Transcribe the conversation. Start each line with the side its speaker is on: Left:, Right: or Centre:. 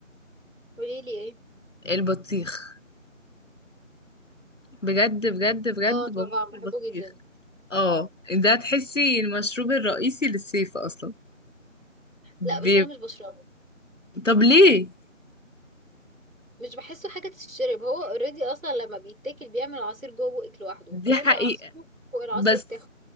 Right: قولي لي ايه
Left: البطيخ بجد بجد بجد
Right: اه طبعا
Left: بموت
Right: بحبه
Left: في البطيخ
Right: جدا
Left: اه ده تحسي المشروب الرئيسي للصيف اصلا
Right: لا
Left: بي...
Right: بس انا مش بشربه
Left: طب ليه
Right: مش بحسه حاجة تشرب هو اوريدي اصلا لما بيتاكل بيعمل عصير جوه بقك لوحده
Left: دي
Right: فانا
Left: حقيقة
Right: ليه اعصره فوق العصر
Left: بس
Right: بتاعه